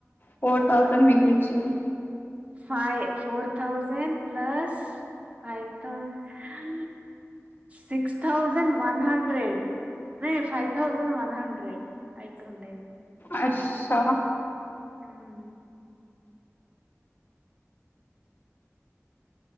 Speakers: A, on the left (about 40°); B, on the right (about 25°).
A: ఫోర్ థౌజండ్ మిగిలిచ్చినవు.
B: Five four thousand plus five thousand ఆ సిక్స్ థౌజండ్ వన్ హండ్రెడ్. అరే ఫైవ్ థౌజండ్ వన్ హండ్రెడ్ అయితుండే.
A: అశ్శా
B: హ్మ్